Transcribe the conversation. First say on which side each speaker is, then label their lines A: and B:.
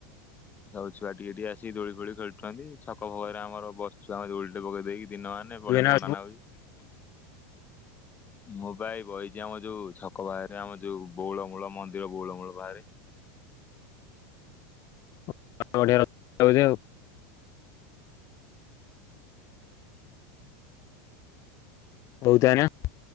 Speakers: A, on the left; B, on the left.
A: ସବୁ ଛୁଆ ଟିକେ ଟିକେ ଆସିକି ଦୋଳି ଫୋଳି ଖେଳୁଛନ୍ତି ଛକ ଫକରେ ଆମର ବସୁ ଆମେ ଦୋଳି ଟେ ପକେଇ ଦେଇକି ଦିନ ମାନେ
B: ତୁ
A: ବଢିଆ
B: ଏଇନା
A: ଥଣ୍ଡା ଲାଗୁଛି ମୁଁ ଭାଇ ବହିଛି ଆମ ଯୋଉ ଛକ ବାହାରେ ଆମ ଯୋଉ ବଉଳମୂଳ ମନ୍ଦିର ବଉଳମୂଳ ବାହାରେ।
B: ଆ <unintelligible> ବହୁତ ଆଣିବା।